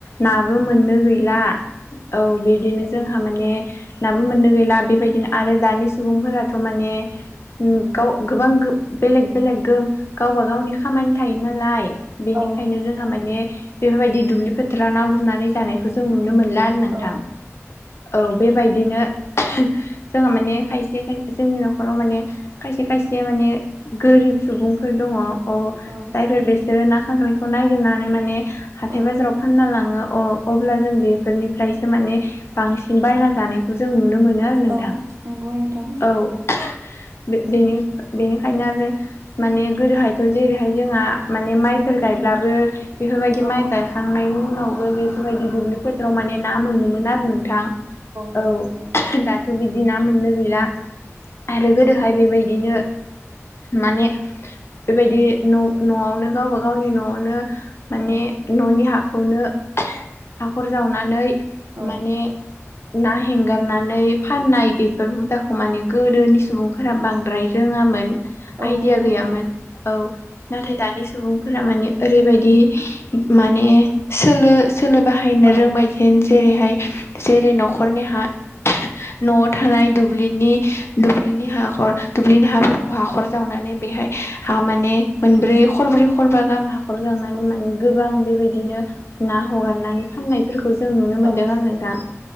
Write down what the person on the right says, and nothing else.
औ नंगौ नोंथां
औ
औ
औ
औ नंगौ नोंथां
औ
मोनो
नोंथां
औ
औ
औ
नंगौ
औ
औ
औ
औ
नंगौ